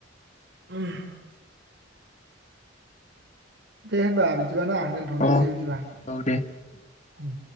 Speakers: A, on the right; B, on the left.
A: <unintelligible> दे होमबा बिदि बिदिबा ना दोनथ'नोसै
B: औ
A: बिदिबा
B: औ दे
A: उम